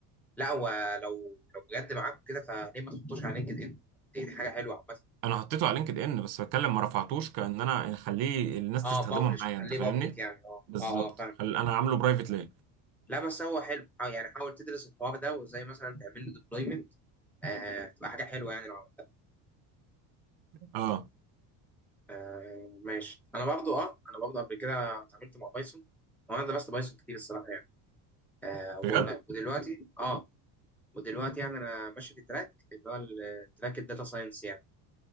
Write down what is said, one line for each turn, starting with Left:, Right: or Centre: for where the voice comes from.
Centre: لا هو لو لو بجد معاك كده فليه ما تحطوش على لينكد ان دي, دي حاجه حلوه عامه
Right: انا حطيته على لينكد ان بس بتكلم ما رفعتوش كان انا اخليه الناس
Centre: اه
Right: تستخدمه
Centre: بابلش
Right: معايا
Centre: تخليه
Right: انت فاهمني
Centre: بابليك يعني اه
Right: بالظبط
Centre: اه اه فاهم
Right: خل... انا عامله برايفت ليه
Centre: لا بس هو حلو اه يعني حاول تدرس الحوار ده وازاي مثلا تعمل له ديبلويمنت آه تبقى حاجه حلوه يعني لو عملتها
Right: اه
Centre: آه ماشي انا برضو اه انا برضو قبل كده اتعاملت مع بايثون وانا درست بايثون كتير الصراحه يعني آه وال-
Right: بجد
Centre: ودلوقتي اه ودلوقتي يعني انا ماشي في تراك اللي هو التراك الداتا ساينس يعني